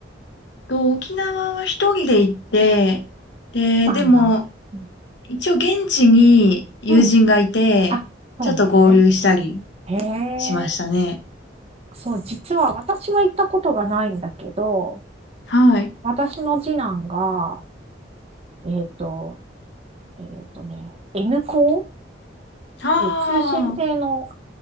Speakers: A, on the left; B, on the right.
A: と、沖縄は一人で行って、で、
B: うなんだ。
A: でも
B: うん。
A: 一応現地に友人がいて、
B: うんあ、そうなんね。
A: ちょっと合流したり
B: へえ。
A: しましたね。
B: そう、実は私は行ったことがないんだけど、
A: はい。
B: 私の次男が、えっと、えっとね、N 校、
A: ああ、
B: え通信制の